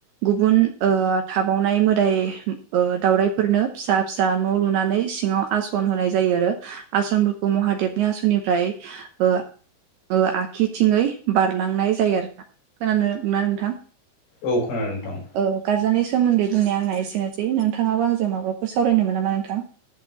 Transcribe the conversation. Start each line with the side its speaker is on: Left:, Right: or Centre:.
Right: गुबुन ओ थाबावनाय मोदाय ओ दावउराइफोरनो फिसा फिसा न' लुनानै सिङांव आसन होनाय जायो आरो। आसनफोरखौ महादेबनि आसननिफ्राय ओ ओ आखिथिङै बारलांनाय जायो आरोना खोनादोंना नोंथां?
Left: औ खोनादों नोंथां।
Right: औ गारजानि सोमोन्दै बुंनाया आंना एसेनोसै नोंथांङाबो आंजों माबाफोर सावरायनोमोन नामा नोंथां?